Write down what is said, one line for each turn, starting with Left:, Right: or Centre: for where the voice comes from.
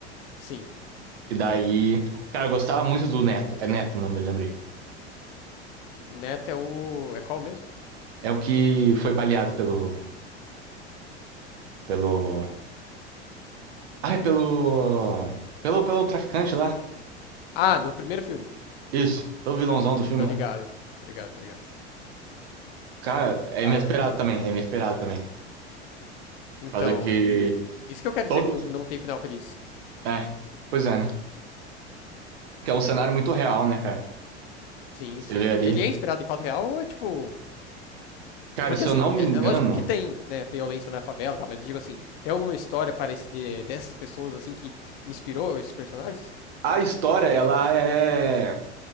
Left: Sim.
Right: E daí, cara, eu gostava muito do Neto. É Neto o nome dele, lembrei.
Left: Neto é o. É qual mesmo?
Right: É o que foi baleado pelo, pelo, ai, pelo, pelo, pelo traficante lá.
Left: Ah, no primeiro filme.
Right: Isso, pelo vilãozão do filme,
Left: Tô
Right: lá,
Left: ligado. Tô ligado, tô ligado.
Right: Cara, é
Left: Caramba.
Right: inesperado também, é inesperado também. Por
Left: Então,
Right: causa que
Left: e. Isso que eu quero
Right: todos.
Left: dizer com não tem final feliz.
Right: É, pois é, né? Que é um cenário muito real, né, cara?
Left: Sim,
Right: Você
Left: sim.
Right: vê ali.
Left: Ele é inspirado em fato real ou é tipo.
Right: Cara,
Left: Porque
Right: se
Left: assim,
Right: eu não me
Left: é,
Right: engano,
Left: é lógico que tem, né, violência na favela, tá? Mas eu digo assim, tem alguma história parec- eh, dessas pessoas assim que inspirou esses personagens?
Right: a história, ela é.